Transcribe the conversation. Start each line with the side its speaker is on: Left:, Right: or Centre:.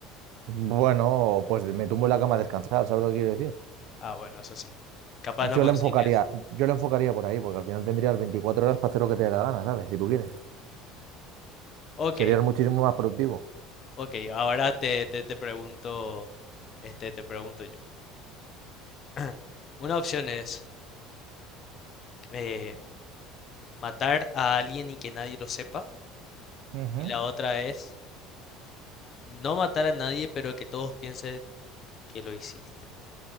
Right: Bueno, pues me tumbo en la cama a descansar, ¿sabes lo que quiero decir?
Left: Ah, bueno, eso sí. Capaz
Right: Yo
Left: no concilies.
Right: lo enfocaría, yo lo enfocaría por ahí, porque al final tendrías 24 horas para hacer lo que te dé la gana, ¿sabes? Si tú quieres.
Left: Ok,
Right: Serías muchísimo más productivo.
Left: ok. Ahora te, te, te pregunto, este, te pregunto yo. <clears throat> Una opción es eh, matar a alguien y que nadie lo sepa.
Right: Ujú.
Left: Y la otra es no matar a nadie, pero que todos piensen que lo hiciste.